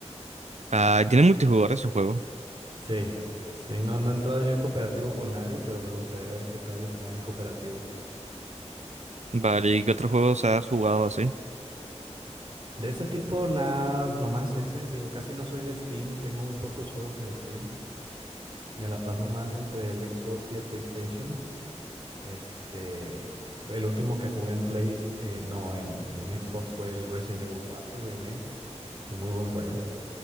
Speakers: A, on the right; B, on the right.
A: Ah, tiene multijugador ese juego.
B: Sí, sí, no, no he entrado yo en cooperativo con nadie, pero me gustaría ver qué tal está en cooperativo.
A: Vale, ¿y qué otros juegos has jugado así?
B: De ese tipo, nada, nomás ese. Digo, casi no soy de Steam, tengo muy pocos juegos en Steam. Me la paso más entre el Xbox y el PlayStation. Este, el último que jugué en Play, eh, no, en, en Xbox fue el Resident Evil 4 Remake. y Muy buen juego.